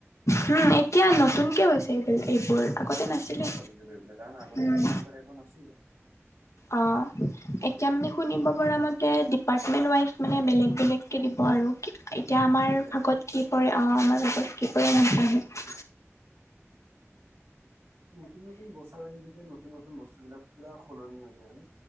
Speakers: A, on the left (about 75°); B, on the right (about 50°).
A: হুম এতিয়া নতুনকে হৈছে এইবিল এইবোৰ। আগতে
B: অ
A: নাছিলে
B: সেইটোয়ে ভাবিছো গৈ কাৰণ আগতেতো
A: উম,
B: তেনেকুৱা তাইপৰ নাছিলে।
A: অ এতিয়া মানে শুনিব পৰা মতে ডিপাৰ্টমেণ্ট ৱাইজ মানে বেলেগ বেলেগকে দিব আৰু। এতিয়া আমাৰ
B: ইণ্টাৰ্ণশ্বিপ।
A: ভাগত কি পৰে অ আমাৰ ভাগত কি পৰে নাাজানো।
B: নতুন নতুন বছৰ আহি থাকে নতুন নতুন বস্তুবিলাক পুৰা সলনি হৈ থাকে ন।